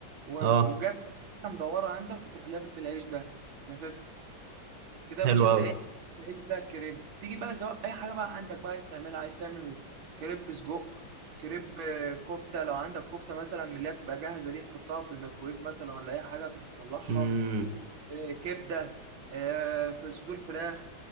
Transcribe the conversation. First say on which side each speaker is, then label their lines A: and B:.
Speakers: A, on the right; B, on the right.
A: و-
B: أه
A: وجاب حته مدوره عندك وتروح لافف العيش ده لافف كده يا
B: حلو
A: باشا انت
B: أوي
A: ايه العيش ده كريب تيجي بقى سواء اي حاجه بقى عندك بقى عايز تعملها عايز تعمل كريب سجق كريب آه، كفته لو عندك كفته مثلا من اللي هي بتبقى جاهزه دي تحطها في الميكرويف مثلا ولا اي حاجه تطلعها
B: امم
A: آه، كبده آه، في صدور فراخ